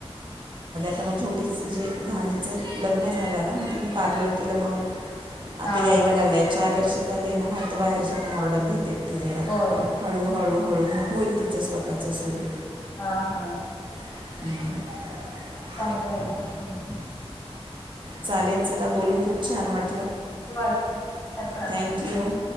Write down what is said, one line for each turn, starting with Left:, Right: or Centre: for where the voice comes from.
Right: त मग छोटीच जे झालंच हाय लग्न झालं ना मग तिने पार्लर केलं मग, ! आता
Left: हां
Right: यायला
Left: हां
Right: लागलेय चार वर्ष झाले ना मग आता बाहेरच्या पण ऑर्डर. त घरा
Left: होय
Right: हळू हळू हळूग होईल तिचं स्वतःच स्वरूप.
Left: हा हा.
Right: <unintelligible>
Left: चांगलय मग हम.
Right: चालेल चला बोलून खूप छान वाटल.
Left: किती वाजले टाइम झालं.
Right: थँक्यू